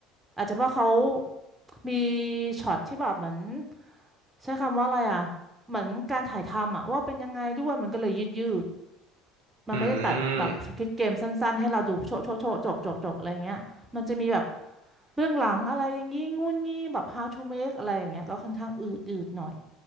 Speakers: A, on the right; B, on the right.
A: อาจจะเพราะเขามีช็อตที่แบบเหมือนใช้คำว่าอะไรอ่ะเหมือนการถ่ายทำอ่ะว่าเป็นยังไงด้วยมันก็เลยยืดยืดมันไม่ได้ตัดแบบสควิดเกมสั้นๆให้เราดูโชะโชะโชะจบจบจบอะไรอย่างเงี้ยมันจะมีแบบ
B: อืม
A: เบื้องหลังอะไรอย่างงี้งุ่นงี้แบบ how to make อะไรอย่างเงี้ยก็ค่อนข้างอืดอืดหน่อย